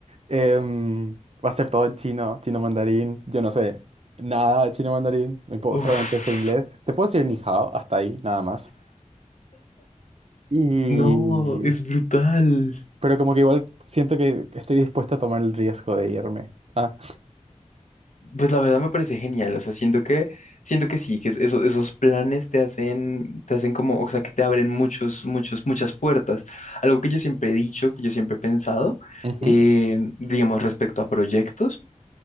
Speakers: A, on the right (about 55°); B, on the left (about 70°).
A: em, va a ser todo en chino, chino mandarín, yo no sé nada de chino mandarín, me puedo-
B: Uf.
A: solamente sé inglés. Te puedo decir ni hao, hasta ahí, nada más. Y
B: No, es brutal.
A: Pero como que igual siento que estoy dispuesto a tomar el riesgo de irme. Ah,
B: Pues la verdad me parece genial, o sea, siento que siento que sí, que es- eso- esos planes te hacen te hacen como, o sea, que te abren muchos muchos muchas puertas. Algo que yo siempre he dicho, que yo siempre he pensado,
A: ujú.
B: eh, digamos respecto a proyectos,